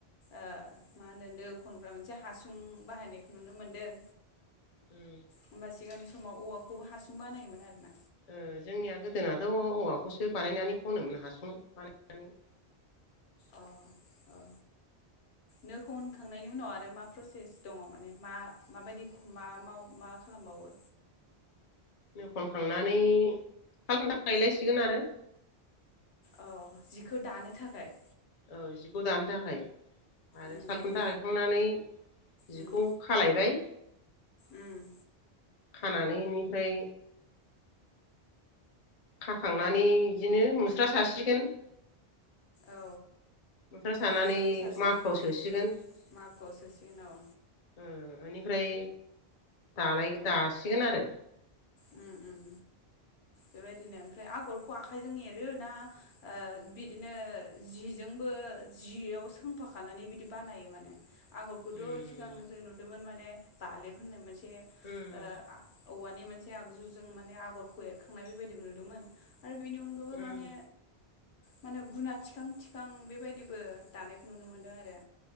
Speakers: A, on the left; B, on the left.
A: ओ मा होनो खनग्रा मोनसे हासुं बाहायनायखौ नुनो मोनदों
B: उम
A: होमबा सिगांनि समाव औवाखौबो हासुं बानायोमोन आरो ना
B: उम जोंनिया गोदोनाथऔवाखौसो बानायनानै खनोमोन हासुं बानायनानै
A: अ औ नोखौअखांनायनि उनाव आरो मा प्रसेस दङ माने मा माबायदि म मा खालामबावो
B: नो खनखांनानै खाल खुन्था गायलायसिगोन आरो
A: औ जिखौ दानो थाखाय
B: औ जिखौ दानो थाखाय आरो
A: उम
B: सालखुन्था
A: उम
B: गायखांनानै जिखौ
A: उम
B: खालायबाय
A: उम
B: खानानै इनिफ्राय खाखांनानै बिदिनो मुस्रा सासिगोन
A: औ
B: मुस्रा सानानै
A: मुस्राखौ सासिगोन
B: माखुआव सोसिगोन
A: माखुआव सोसिगोन औ
B: ओ बेनिफ्राय दानायखौ दासिगोन आरो
A: उम-उम बेबायदिनो ओमफ्राय आगरखौ आखाइजों एरो ना ओ बिदिनो जिजोंबो जियाव सोंफाखानानै बिदि बानायो माने आगरखौथ
B: उम
A: सिगां जों नुदोंमोन माने बालेब होनोमोन सि बे ओ
B: उम
A: आ औवानि मोनसे आगजुजों माने आगरखौ एरख थांनाय बेबायदिबो नुदोंमोन आरो बेनि अनगायैबो
B: उम
A: माने माने गुना थिखां थिखां बेबायदिबो दानायखौ नुनो मोनदों आरो